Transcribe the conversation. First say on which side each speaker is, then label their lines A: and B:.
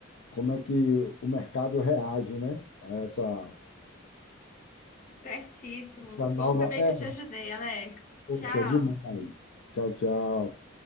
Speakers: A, on the left (about 65°); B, on the left (about 40°).
A: como é que o mercado reage, né? A essa,
B: Certíssimo.
A: essa nova.
B: Bom saber
A: É,
B: que eu te ajudei, Alex.
A: poxa,
B: Tchau.
A: demais. Tchau, tchau.